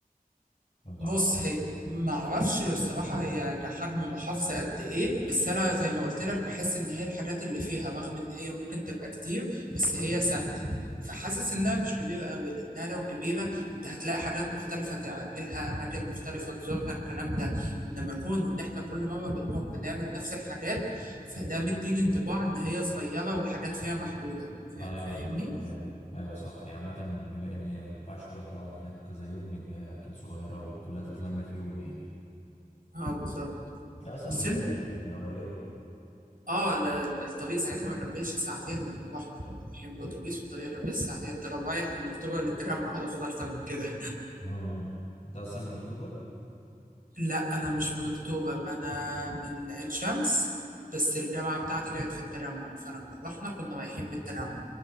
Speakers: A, on the left; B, on the right.
A: ما بتعرفش
B: بص هي ما اعرفش الصراحه هي كحجم محافظه قد ايه بس انا زي ما قلت لك بحس ان هي الحاجات اللي فيها رغم ان هي ممكن تبقى كتير بس هي ثابته فحاسس انها مش كبيره قوي لانها لو كبيره انت هتلاقي حاجات مختلفه تعملها اماكن مختلفه تزورها الكلام ده انما كون ان احنا كل مره بنروح بنعمل نفس الحاجات فده مديني انطباع ان هي صغيره والحاجات فيها محدوده فا-
A: ايوه
B: فاهمني
A: بالظبط ايوه ايوه صح يعني عامة بما ان هي ما ينفعش تروح تقعد هناك كذا يوم يبقى هي اكيد صغيرة وكلها تتلم في يوم يعني
B: اه بالظبط
A: هي اصلا
B: بس
A: مش بعيد يعني هي قريبة
B: اه ال- الطريق ساعتها ما كملش ساعتين لما رحنا كنا رايحين بالاتوبيس والطريق ما كملش ساعتين انت لو رايح من اكتوبر للتجمع هتاخد اكتر من كده
A: امم انت اصلا من اكتوبر
B: لا انا مش من اكتوبر انا من عين شمس بس الجامعه بتاعتي كانت في التجمع فلما رحنا كنا رايحين من التجمع